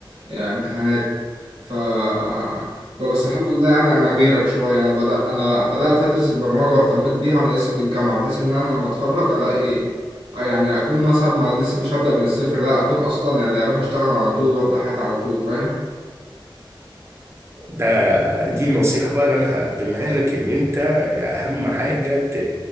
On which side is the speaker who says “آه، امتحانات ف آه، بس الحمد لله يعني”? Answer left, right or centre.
Right